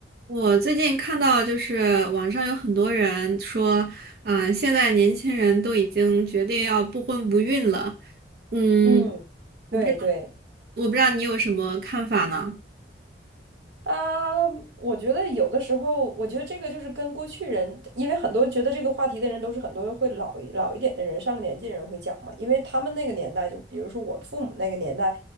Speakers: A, on the right; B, on the right.
A: 我最近看到，就是网上有很多人说，啊、现在年轻人都已经决定要不婚不孕了。嗯，
B: 嗯，
A: 我不知道，
B: 对对
A: 我不知道你有什么看法呢？
B: 啊，我觉得有的时候，我觉得这个就是跟过去人，因为很多觉得这个话题的人都是很多会老一老一点的人，上了年纪的人会讲嘛，因为他们那个年代，就比如说我父母那个年代，